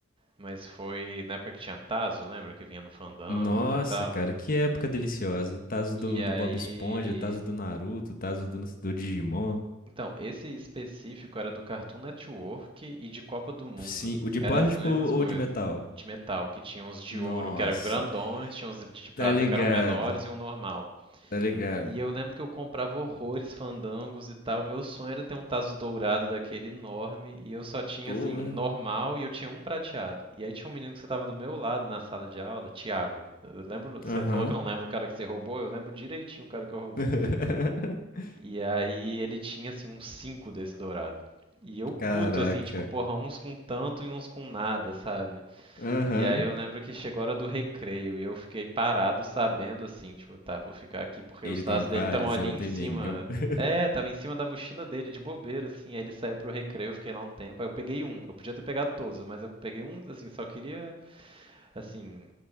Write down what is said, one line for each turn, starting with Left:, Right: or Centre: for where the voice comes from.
Right: Mas foi na época que tinha Tazo, lembra? Que vinha no Fandangos
Left: Nossa,
Right: e tal.
Left: cara, que época deliciosa. Tazo
Right: E
Left: do,
Right: aí
Left: do Bob Esponja, Tazo do Naruto, Tazo do, do Digimon.
Right: Então, esse específico era do Cartoon Network e de Copa do Mundo.
Left: Sim, o de
Right: Eram
Left: plástico
Right: as mesmas
Left: ou
Right: coisas.
Left: ou de metal?
Right: De metal, que tinha uns de
Left: Nossa,
Right: ouro que eram grandões, tinha uns de prata
Left: tá ligado,
Right: que eram menores e um normal.
Left: tá ligado.
Right: E eu lembro que eu comprava horrores, fandangos e tal. Meu sonho era ter um tazo dourado daquele enorme. E eu só tinha,
Left: Porra.
Right: assim, normal e eu tinha um prateado. E aí tinha um menino que estava do meu lado na sala de aula, Thiago. Eu lembro, você
Left: Aham.
Right: falou que eu não lembro o cara que você roubou, eu lembro direitinho o cara que eu roubei.
Left: <laughs>
Right: E aí ele tinha, assim, uns cinco desse dourado. E eu puto,
Left: Caraca.
Right: assim, tipo, porra, uns com tanto e uns com nada, sabe?
Left: Aham.
Right: E aí eu lembro que chegou a hora do recreio e eu fiquei parado sabendo, assim, tipo, tá, vou ficar aqui porque
Left: Ele
Right: os tazos
Left: tem vários,
Right: dele estão ali
Left: eu não
Right: em
Left: tenho
Right: cima.
Left: nenhum. <laughs>
Right: É, tava em cima da mochila dele, de bobeira, assim. Aí ele saiu pro recreio, eu fiquei lá um tempo. Aí eu peguei um, eu podia ter pegado todos, mas eu peguei um, assim, só queria, assim,